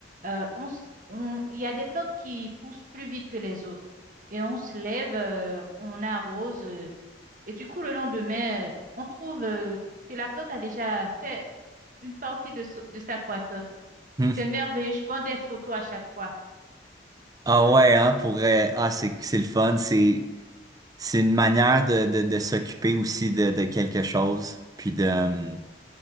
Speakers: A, on the right; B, on the right.
A: Euh, on, s- on- il y a des plantes qui poussent plus vite que les autres. Et on se lève, euh, on arrose. euh, et du coup, le lendemain, euh, on trouve, euh, que la plante a déjà fait une partie de, so- de sa croissance.
B: Hmm.
A: C'est merveilleux. Je prends des photos à chaque fois.
B: Ah ouais, hein, pour euh, ah c'est c'est le fun, c'est c'est une manière de, de, de s'occuper aussi de, de quelque chose. Puis de euh,